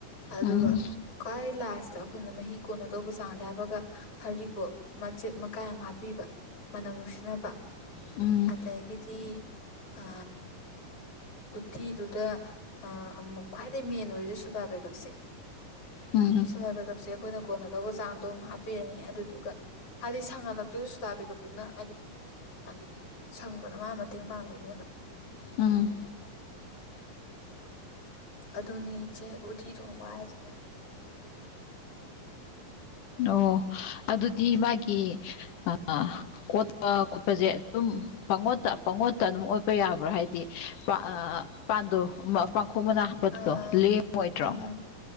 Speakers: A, on the left; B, on the left.
A: ꯑꯗꯨꯒ
B: ꯎꯝ
A: ꯈ꯭ꯋꯥꯏ ꯂꯥꯁ ꯇ ꯑꯩꯈꯣꯏꯅ ꯃꯍꯤ ꯀꯣꯟꯅ ꯗꯧꯕ ꯆꯥꯡꯁꯦ ꯍꯥꯞꯄꯒ ꯍꯔꯤꯕꯣꯞ ꯃꯆꯦꯠ ꯃꯀꯥꯏ ꯑꯃ ꯍꯥꯞꯄꯤꯕ ꯃꯅꯝ ꯅꯨꯡꯁꯤꯟꯅꯕ
B: ꯎꯝ
A: ꯑꯗꯒꯤꯗꯤ ꯑ ꯎꯇꯤꯗꯨꯗ ꯑꯃꯨꯛ ꯈ꯭ꯋꯥꯏꯗꯩ ꯃꯦꯟ ꯑꯣꯏꯔꯤꯁꯦ ꯁꯨꯗꯥꯕꯩꯒꯞꯁꯦ
B: ꯎꯝ
A: ꯁꯣꯗꯥ ꯕꯥꯢꯒꯞꯁꯦ ꯑꯩꯈꯣꯏꯅ ꯀꯣꯟꯅꯗꯧꯕ ꯆꯥꯡꯗꯣ ꯑꯃꯨꯛ ꯍꯥꯞꯄꯤꯔꯅꯤ ꯑꯗꯨꯗꯨꯒ ꯍꯥꯏꯗꯤ ꯁꯪꯍꯜꯂꯛꯇꯣꯏꯁꯨ ꯁꯣꯗꯥꯕꯥꯢꯒꯞ ꯇꯨꯅ ꯍꯥꯏꯗꯤ ꯗꯒꯤ ꯁꯪꯕꯗ ꯃꯥꯅ ꯃꯇꯦꯡ ꯄꯥꯡꯗꯣꯏꯅꯦꯕ <inaudible>
B: ꯎꯝ
A: ꯑꯗꯨꯅꯤ ꯏꯆꯦ ꯎꯠꯇꯤ ꯊꯣꯡꯕ ꯍꯥꯏꯁꯤꯅ
B: ꯑꯣ ꯑꯗꯨꯗꯤ ꯃꯥꯒꯤ ꯑꯥ ꯀꯣꯠꯄ ꯈꯣꯠꯄꯁꯦ ꯑꯗꯨꯝ ꯄꯪꯉꯣꯠꯇ ꯄꯪꯉꯣꯠꯇ ꯑꯗꯨꯝ ꯑꯣꯠꯄ ꯌꯥꯕ꯭ꯔꯥ ꯍꯥꯏ ꯑꯥ ꯄꯥꯟꯗꯣ ꯄꯥꯡꯈꯣꯛ ꯃꯅꯥ ꯍꯥꯞꯄꯗꯣ
A: ꯑ
B: ꯂꯦꯡꯉꯣꯏꯗ꯭ꯔꯣ
A: ꯎꯝ